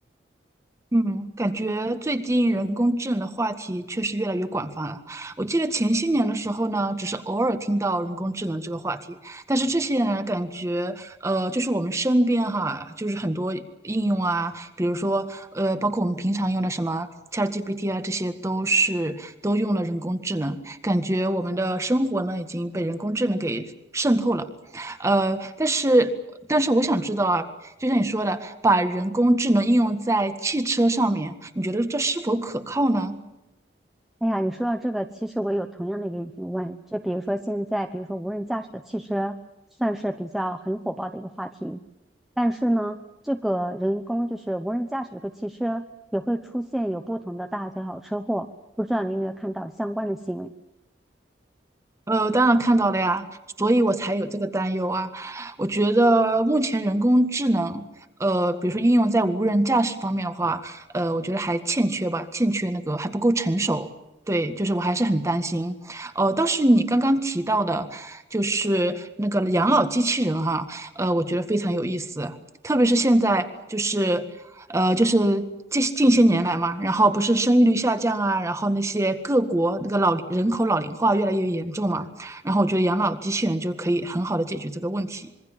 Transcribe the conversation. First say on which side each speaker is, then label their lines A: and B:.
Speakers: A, on the right; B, in the centre.
A: 嗯，感觉最近人工智能的话题确实越来越广泛了。我记得前些年的时候呢，只是偶尔听到人工智能这个话题，但是这些年来感觉，呃，就是我们身边哈，就是很多应用啊，比如说，呃，包括我们平常用的什么 ChatGPT 啊，这些都是都用了人工智能，感觉我们的生活呢已经被人工智能给渗透了。呃，但是但是我想知道啊，就像你说的，把人工智能应用在汽车上面，你觉得这是否可靠呢？
B: 哎呀，你说到这个，其实我有同样的一个疑问，就比如说现在，比如说无人驾驶的汽车算是比较很火爆的一个话题，但是呢，这个人工就是无人驾驶这个汽车也会出现有不同的大小车祸，不知道你有没有看到相关的新闻？
A: 呃，当然看到了呀，所以我才有这个担忧啊。我觉得目前人工智能，呃，比如说应用在无人驾驶方面的话，呃，我觉得还欠缺吧，欠缺那个还不够成熟。对，就是我还是很担心。哦，倒是你刚刚提到的，就是那个养老机器人哈，呃，我觉得非常有意思。特别是现在就是，呃，就是近近些年来嘛，然后不是生育率下降啊，然后那些各国那个老龄人口老龄化越来越严重嘛，然后我觉得养老机器人就可以很好的解决这个问题，